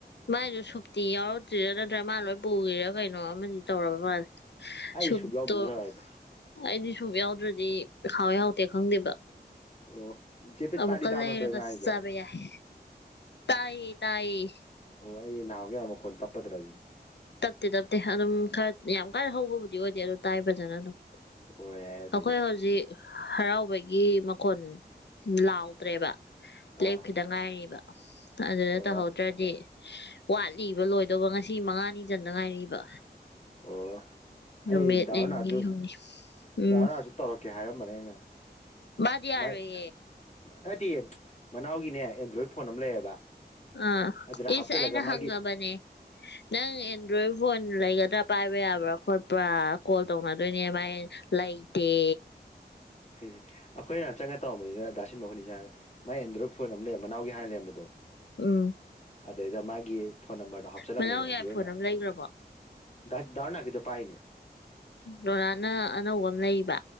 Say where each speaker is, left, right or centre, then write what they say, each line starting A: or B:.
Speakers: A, on the left; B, on the left.
A: ꯃꯥꯏꯗꯨꯣ ꯁꯨꯞꯇꯤ ꯌꯥꯎꯔꯛꯇ꯭ꯔꯥ ꯅꯠꯇ꯭ꯔꯥ ꯃꯥ ꯂꯣꯏ ꯄꯨꯈꯤꯦꯔ ꯀꯩꯅꯣ ꯑꯃꯗꯤ ꯇꯧꯔꯕ ꯃꯥꯜꯂꯦ
B: ꯑꯩ
A: ꯁꯨꯛꯇꯣ
B: ꯁꯨꯛ ꯌꯥꯎꯗ꯭ꯔꯁꯨ ꯌꯥꯏꯗ
A: ꯑꯩꯗꯤ ꯁꯨ ꯌꯥꯎꯗ꯭ꯔꯗꯤ ꯍꯥꯎꯋꯦ ꯍꯥꯎꯇꯦ ꯈꯪꯗꯦꯕ
B: ꯑꯣ ꯄꯦ
A: ꯑꯕꯨ
B: ꯇꯥꯗꯤ
A: ꯀꯜ
B: ꯇꯥꯕ
A: ꯂꯩ
B: ꯅꯠꯇ꯭ꯔꯣ
A: ꯂꯩꯔ
B: ꯑꯩ
A: ꯀꯁ
B: ꯉꯥꯡꯉꯤꯁꯦ
A: ꯆꯕ ꯌꯥꯏ ꯇꯌꯦ ꯇꯌꯦ
B: ꯑꯣ ꯑꯩ ꯅꯍꯥꯟꯒꯤ ꯃꯈꯣꯟꯜ ꯇꯞꯄꯗ꯭ꯔꯥꯁꯤꯅꯤ
A: ꯇꯞꯇꯦ ꯇꯞꯇꯦ ꯑꯗꯨꯝ ꯈꯔ ꯌꯥꯝ ꯀꯥꯏꯅ ꯍꯧꯕꯕꯨꯗꯤ ꯑꯣꯏꯗꯦ ꯑꯗꯨ ꯇꯥꯏ ꯐꯖꯅ ꯑꯗꯨꯝ
B: ꯑꯣ ꯌꯥꯏ ꯑꯗꯨꯗꯤ
A: ꯑꯩꯈꯣꯏ ꯍꯧꯖꯤꯛ ꯍꯔꯥꯎꯕꯒꯤ ꯃꯈꯣꯟ ꯂꯥꯎꯗ꯭ꯔꯦꯕ
B: ꯑꯥ
A: ꯂꯦꯞꯈꯤꯗ ꯉꯥꯏꯔꯤꯕ ꯑꯗꯨꯅ
B: ꯑꯣ
A: ꯇꯧꯍꯧ ꯅꯠꯇ꯭ꯔꯗꯤ ꯋꯥꯠꯂꯤꯕ ꯂꯣꯏꯗꯧꯕ ꯉꯁꯤ ꯃꯉꯥꯅꯤ ꯆꯟꯗ ꯉꯥꯏꯔꯤꯕ
B: ꯑꯣ
A: ꯅꯨꯃꯤꯠ
B: ꯑꯩ ꯗꯥꯔꯅꯥꯁꯨ
A: ꯅꯤꯅꯤ ꯍꯨꯝꯅꯤ ꯎꯝ
B: ꯗꯥꯔꯅꯥꯁꯨ ꯇꯧꯔꯛꯀꯦ ꯍꯥꯏꯔꯝꯕꯅꯦ ꯑꯩꯅ
A: ꯗꯤꯔ
B: ꯃꯥꯏ
A: ꯏ
B: ꯍꯥꯏꯗꯤ ꯃꯅꯥꯎꯒꯤꯅꯦ ꯑꯦꯟꯗ꯭ꯔꯣꯏꯗ ꯐꯣꯟ ꯑꯃ ꯂꯩꯌꯦꯕ
A: ꯑꯥ
B: ꯑꯗꯨꯗ
A: ꯏꯁꯁ
B: ꯍꯥꯞꯆꯤꯜꯂꯒ
A: ꯑꯩꯅ
B: ꯃꯥꯒꯤ
A: ꯍꯪꯉꯕꯅꯦ ꯅꯪ ꯑꯦꯟꯗ꯭ꯔꯣꯏꯗ ꯐꯣꯟ ꯂꯩꯒꯗ꯭ꯔꯥ ꯄꯥꯏꯕ ꯌꯥꯕ꯭ꯔꯥ ꯈꯣꯠꯄ꯭ꯔꯥ ꯀꯣꯜ ꯇꯧꯅꯗꯣꯏꯅꯦ ꯃꯥꯏ ꯂꯩꯥꯏꯇꯦ
B: ꯑꯩꯈꯣꯏꯅ ꯆꯪꯉꯒ ꯇꯧꯝꯕꯅꯤꯅ ꯗꯥꯁꯤꯟ ꯃꯈꯣꯏꯅꯤ ꯆꯥꯡ ꯃꯥꯏ ꯑꯦꯟꯗ꯭ꯔꯣꯏꯗ ꯐꯣꯟ ꯑꯃ ꯂꯩ ꯃꯅꯥꯎꯒꯤ ꯍꯥꯟꯅ ꯂꯩꯔꯝꯕꯗꯣ
A: ꯎꯝ
B: ꯑꯗꯨꯗꯩꯗ ꯃꯥꯒꯤ ꯐꯣꯟ ꯅꯝꯕꯔꯗꯣ ꯍꯥꯞꯆꯤꯂꯝꯃꯦꯗꯅ
A: ꯃꯅꯥꯎꯒꯤ
B: ꯑꯗꯨ
A: ꯑꯥꯏꯐꯣꯟ
B: ꯑꯣꯏꯅ
A: ꯑꯃ ꯂꯩꯈ꯭ꯔꯕꯣ
B: ꯗꯥꯔ ꯀꯗ ꯄꯥꯏꯅꯦ
A: ꯔꯣꯅꯥꯥꯅ ꯑꯅꯧꯕ ꯑꯃ ꯂꯩꯕ